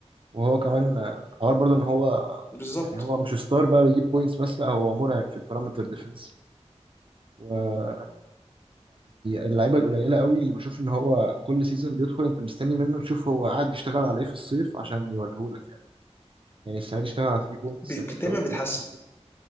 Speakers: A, on the right (about 50°); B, on the left (about 20°).
A: وهو كمان آه، حوار برضه إن هو
B: بالظبط
A: يعني هو مش ستار بقى بيجيب بوينتس بس لا هو مرعب في البارامتر ديفنس ويعني اللعيبة القليلة قوي اللي بشوف إن هو كل سيزون بيدخل أنت مستني منه تشوف هو قاعد يشتغل على إيه في الصيف عشان يوريهولك يعني يعني السنة دي اشتغل على 3 بوينتس
B: بيك-
A: زي ما
B: دايما
A: أنت قلت
B: بيتحسن
A: بقى مخيف